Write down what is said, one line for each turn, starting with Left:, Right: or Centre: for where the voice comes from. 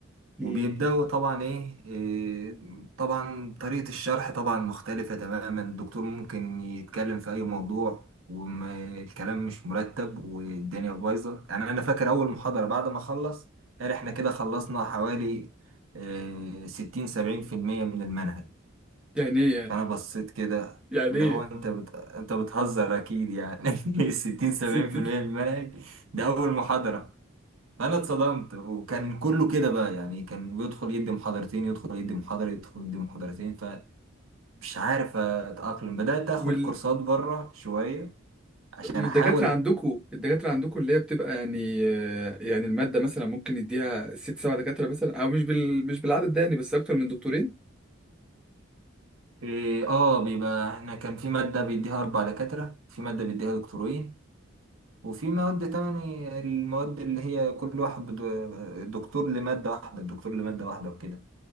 Centre: مم.
Right: وبيبدأوا طبعا ايه إيه، طبعا طريقة الشرح طبعا مختلفة تماما الدكتور ممكن يتكلم في اي موضوع والكلام مش مرتب والدنيا بايظة يعني انا فاكر اول محاضرة بعد ما خلص قال احنا كده خلصنا حوالي إيه، ستين سبعين في المية من المنهج
Centre: يعني ايه يعني
Right: فانا بصيت كده
Centre: يعني
Right: اللي
Centre: ايه
Right: هو انت بت... انت بتهزر اكيد يعني <laughs> ستين سبعين
Centre: ست
Right: في المية من المنهج ده اول محاضرة فانا اتصدمت وكان كله كده بقى يعني كان بيدخل يدي محاضرتين يدخل يدي محاضرة يدخل يدي محاضرتين فمش عارف اتأقلم بدأت اخد
Centre: وال...
Right: كورسات بره شوية عشان
Centre: والدكاترة
Right: احاول
Centre: عندكم الدكاترة عندكم اللي هي بتبقى يعني آه، يعني المادة مثلا ممكن يديها ست سبع دكاترة مثلا او مش بال... مش بالعدد ده يعني بس اكتر من دكتورين
Right: إيه، اه بيبقى احنا كان في مادة بيديها اربع دكاترة في مادة بيديها دكتورين وفي مواد تمني المواد اللي هي كل واحد بد- دكتور لمادة واحدة دكتور لمادة واحدة وكده